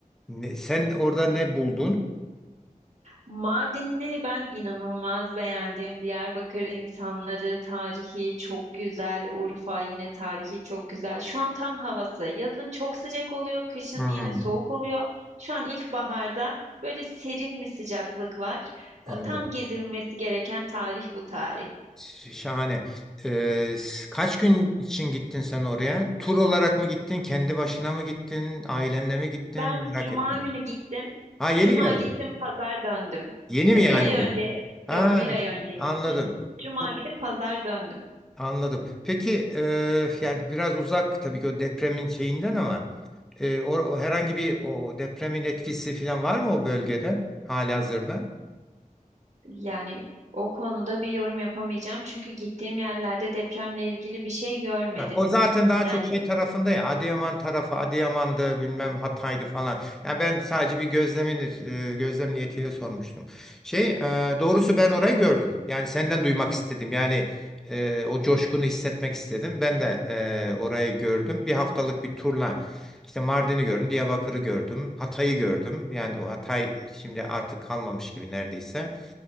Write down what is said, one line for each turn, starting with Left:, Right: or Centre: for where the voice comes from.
Centre: Ne- sen orada ne buldun?
Right: Mardin'i ben inanılmaz beğendim. Diyarbakır insanları, tarihi çok güzel. Urfa yine tarihi çok güzel. Şu an tam havası. Yazın çok sıcak oluyor, kışın
Centre: Hmm.
Right: yine soğuk oluyor. Şu an ilkbaharda böyle serin bir sıcaklık var.
Centre: Anladım.
Right: E, Tam gezilmesi gereken tarih bu tarih.
Centre: Ş- Şahane. Ee, s- kaç gün için gittin sen oraya? Tur olarak mı gittin? Kendi başına mı gittin? Ailenle mi gittin?
Right: Ben
Centre: Merak
Right: cuma
Centre: ettim.
Right: günü gittim.
Centre: Ha yeni
Right: Cuma
Centre: geldin.
Right: gittim, pazar döndüm.
Centre: Yeni mi
Right: E,
Centre: yani
Right: Bir ay
Centre: bu?
Right: önce,
Centre: Ha
Right: yok bir ay önce gittim.
Centre: anladım.
Right: Cuma
Centre: Çok-
Right: gidip pazar döndüm.
Centre: Anladım. Peki e, yani biraz uzak tabii ki o depremin şeyinden ama e, o, o herhangi bir o depremin etkisi falan var mı o bölgede halihazırda?
Right: Yani o konuda bir yorum yapamayacağım. Çünkü gittiğim yerlerde depremle ilgili bir şey görmedim.
Centre: Ha, O zaten daha
Right: Yani
Centre: çok şey tarafında ya Adıyaman tarafı Adıyaman'dı bilmem Hatay'dı falan. Ya ben sadece bir gözlemin e, gözlem niyetiyle sormuştum. Şey e, doğrusu ben orayı gördüm. Yani senden duymak istedim. Yani e, o coşkunu hissetmek istedim. Ben de e, orayı gördüm. Bir haftalık bir turla işte Mardin'i gördüm, Diyarbakır'ı gördüm, Hatay'ı gördüm. Yani o Hatay şimdi artık kalmamış gibi neredeyse.